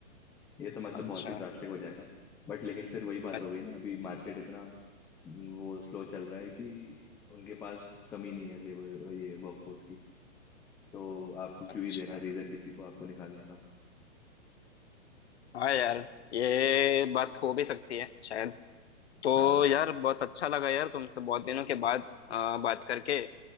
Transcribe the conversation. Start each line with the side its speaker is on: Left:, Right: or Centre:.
Centre: ये तो मतलब
Left: अच्छा
Centre: बहुत ही ड्रास्टिक हो जाएगा बट लेकिन फिर वही बात
Left: अ-
Centre: हो गई ना अभी मार्केट इतना म, वो स्लो चल रहा है कि उनके पास कमी नहीं है लेबर ये वर्कफोर्स की तो आपको
Left: अच्छा
Centre: क्यों ही देना रीजन किसी को आपको निकालने का
Left: हाँ यार ये बात हो भी सकती है शायद तो
Centre: हाँ
Left: यार बहुत अच्छा लगा यार तुमसे बहुत दिनों के बाद आ, बात करके